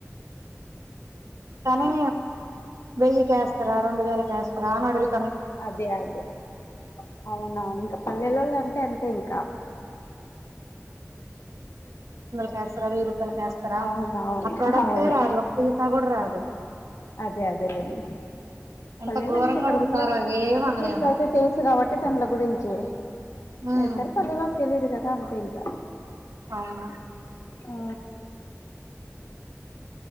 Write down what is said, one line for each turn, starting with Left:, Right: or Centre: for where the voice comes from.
Right: కానీ వెయ్యికస్తారా రెండు వేలక వస్తారా అని అడుగు
Left: అదే అదే అవునవును ఇంకా పల్లెలలో అంటే అంతే ఇంకా
Right: కేస్తరా వెయ్యి రూపాయలు కేస్తార
Left: అవునవును
Right: ఆ ప్రొడక్టే
Left: అవును
Right: రాదు ఒక సిసా కూడా రాదు
Left: అదే అదేలేండి పల్లెలో
Right: ఎంత ఘోరంగా
Left: అంతే టౌన్
Right: అడుగుతారో
Left: లో
Right: ఏం
Left: సిటీస్
Right: అనలేము
Left: అయితే తెలుసు కాబట్టి దానిల గురించి
Right: ఉమ్
Left: ఏతర్ పల్లెలో తెలిదు కదా అంతే ఇంకా
Right: ఆవునా
Left: ఆ